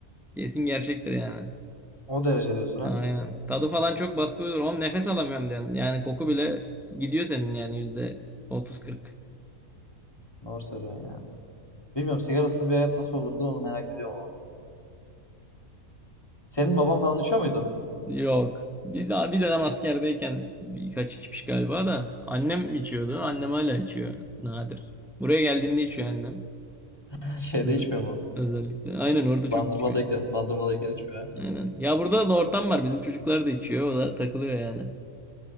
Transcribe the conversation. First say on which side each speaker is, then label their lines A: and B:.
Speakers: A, in the centre; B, on the left.
A: Kesin gerçektir yani.
B: O derece diyorsun ha?
A: Aynen. Tadı falan çok baskı olur. Oğlum nefes alamıyorum diyorsun. Yani koku bile gidiyor senin yani yüzde otuz kırk.
B: Doğru söylüyorsun ya. Bilmiyorum sigarasız bir hayat nasıl olurdu onu merak ediyorum ama. Senin baban falan içiyor muydu?
A: Yok. Bir daha bir dönem askerdeyken birkaç içmiş galiba da. Annem içiyordu. Annem hala içiyor. Nadir. Buraya geldiğinde içiyor annem.
B: <laughs> Şeyde
A: Öz-
B: içmiyor mu?
A: özellikle. Aynen orada
B: Bandırmadayken,
A: çok içmiyor.
B: bandırmadayken içmiyor.
A: Aynen. Ya burada da ortam var. Bizim çocuklar da içiyor. O da takılıyor yani.